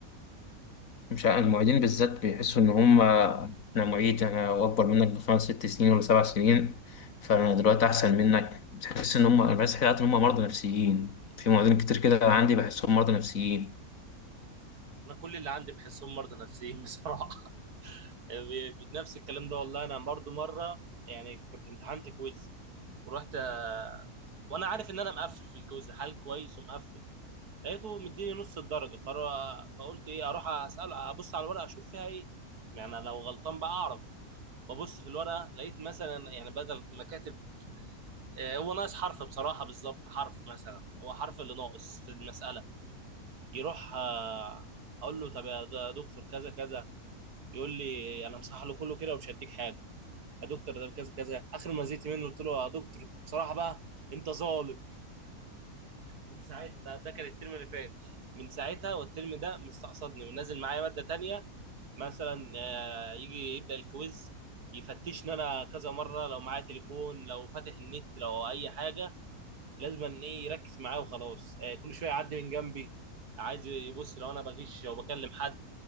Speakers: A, on the left; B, on the right.
A: مش ع- المعيدين بالذات بيحسوا ان هم انا معيد انا اكبر منك بخمس ست سنين ولا سبع سنين فانا دلوقتي احسن منك بتحس ان هم انا بحس حياتي ان هم مرضى نفسيين في معيدين كتير كده عندي بحسهم مرضى نفسيين
B: انا كل اللي عندي بحسهم مرضى نفسيين بصراحه <laughs> بي- بي- نفس الكلام ده والله انا برضو مره يعني كنت امتحنت كويز ورحت آه، وانا عارف ان انا مقفل في الكويز حال كويس ومقفل لقيته مديني نص الدرجه فرا- فقلت ايه اروح اسال ابص على الورقه اشوف فيها ايه يعني لو غلطان بقى اعرف ببص في الورقه لقيت مثلا يعني بدل ما كاتب آه، هو ناقص حرف بصراحه بالظبط حرف مثلا هو حرف اللي ناقص في المساله يروح آه، اقول له طب يا د- يا دكتور كذا كذا يقول لي انا مصحح له كله كده ومش هديك حاجه يا دكتور ده كذا كذا اخر ما زيت منه قلت له يا دكتور بصراحه بقى انت ظالم من ساعتها ده, ده كان الترم اللي فات من ساعتها والترم ده مستقصدني ونازل معايا ماده تانية مثلا آه، يجي يبدا الكويز يفتشني انا كذا مره لو معايا تليفون لو فاتح النت لو اي حاجه لازم ان ايه يركز معايا وخلاص آه، كل شويه يعدي من جنبي عايز يبص لو انا بغش او بكلم حد